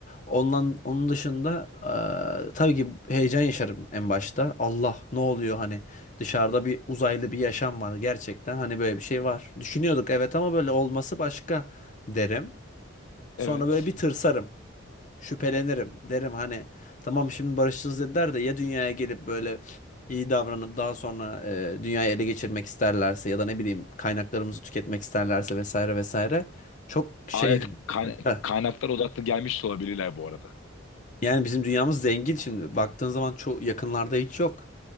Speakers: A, on the left; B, on the left.
A: Ondan onun dışında eee, tabii ki heyecan yaşarım en başta. Allah ne oluyor hani dışarıda bir uzaylı bir yaşam var gerçekten hani böyle bir şey var. Düşünüyorduk evet ama böyle olması başka derim. Sonra
B: Evet.
A: böyle bir tırsarım şüphelenirim. Derim hani tamam şimdi barışçılız dediler de ya dünyaya gelip böyle iyi davranıp daha sonra e, dünyayı ele geçirmek isterlerse ya da ne bileyim kaynaklarımızı tüketmek isterlerse vesaire vesaire çok şey
B: ayet
A: yani.
B: kaynaklar
A: Heh.
B: kaynaklara odaklı gelmiş de olabilirler bu arada.
A: Yani bizim dünyamız zengin şimdi baktığın zaman çok yakınlarda hiç yok